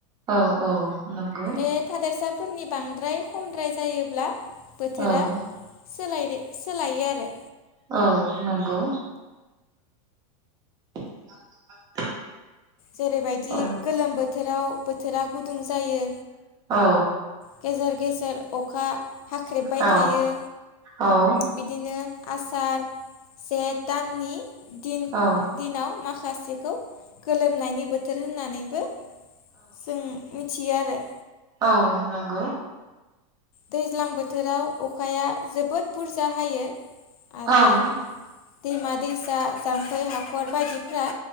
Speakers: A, on the right; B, on the left.
A: औ औ नंगौ।
B: बे थादेरसाफोरनि बांद्राय खमद्राय जायोब्ला बोथोरा
A: नंगौ
B: सोलायरि सोलायो आरो।
A: औ नंगौ। <inaudible>
B: जेरैबायदि
A: औ
B: गोलोम बोथोराव बोथोरा गुदुं जायो।
A: औ।
B: गेजेर गेजेर अखा हाख्रेबबाय
A: औ
B: थायो।
A: औ
B: बिदिनो आसार जेठ दाननि दिन
A: औ
B: दिनाव माखासेखौ गोलोमनायनि बोथोर होननानैबो जों मिथियो आरो।
A: औ नंगौ।
B: दैज्लां बोथोराव अखाया जोबोद बुरजा हायो आरो
A: औ औ
B: दैमा दैसा जामफै हाखर बायदिफ्रा